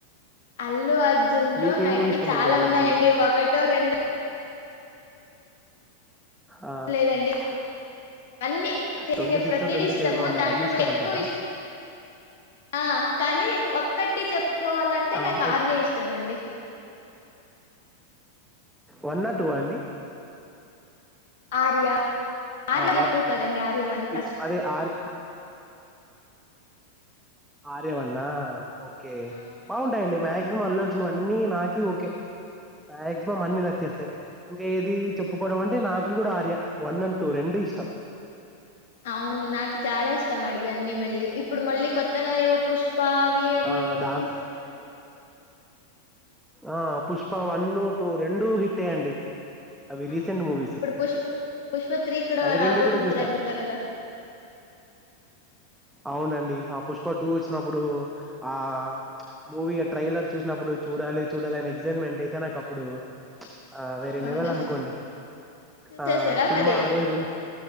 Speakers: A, on the left (about 55°); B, in the centre.
A: అల్లు అర్జున్
B: మీకే
A: లో నాకి
B: మూవీ ఇష్టం
A: చాలా
B: అండి అల్లు
A: ఉన్నాయండి
B: అర్జున్ది
A: ఒకటో రెండో
B: ఆ
A: లేదండి అన్నీ చేసిండే
B: ట్వంటీ సిక్స్
A: ప్రతిదీ
B: ట్వంటీ
A: ఇష్టము
B: సెవెన్ ఉన్నాయి
A: దాంట్లో
B: అన్ని
A: మళ్ళ
B: ఇష్టం
A: ఎక్కువ
B: అంటారా
A: ఇష్ ఆ కానీ ఒక్కటి చెప్పుకోవాలంటే
B: ఆ
A: నాకు
B: ఎక్
A: ఆర్య ఇష్టం అండి
B: వన్ ఆ టూ అ అండి
A: ఆర్య ఆర్య
B: ఆ వా
A: టూ కదండి ఆర్య వన్
B: వి
A: ఫస్ట్
B: అదే ఆరు ఆర్యవన్నా కే
A: ఆ, అవునండి
B: బాగుంటాయండి మ్యాగ్ మల్లార్జున అన్నీ నాకు ఓకే మగ్జమమ్ అన్ని
A: ఆ
B: నచ్చేస్తాయి ఇంక ఏది చెప్పుకోవడం అంటే నాకి కూడా ఆర్య వన్ అండ్ టూ రెండు ఇష్టం
A: అవును నాకు చాలా ఇష్టమవి అన్ని మళ్ళీ ఇప్పుడు మళ్ళీ కొత్తగా ఏవో పుష్ప అవి అన్నీ
B: ఆ దాంట్
A: తీసాడు కదండి
B: ఆ పుష్ప వన్ను టూ రెండు హిట్ ఎ అండి అవి రీసెంట్
A: అవునండి
B: మూవీస్
A: ఇప్పుడు పుష్ప పుష్పత్రి కూడా
B: అవి
A: రాబోతుంది
B: రెండు కూడా చూసా
A: కదండిీ త్వరలో
B: అవునండి ఆ పుష్ప టూ వచ్చినప్పుడు ఆ మూవీ ట్రైలర్ చూసినప్పుడు చూడాలి చూడాలి అని ఎక్సైట్మెంట్ అయితే నాకప్పుడు ఆ వేరే
A: అవునా
B: లెవెల్ అనుకోండి
A: చూసేసారా
B: ఆ సినిమా
A: మరి
B: ఆ రోజు రిలీ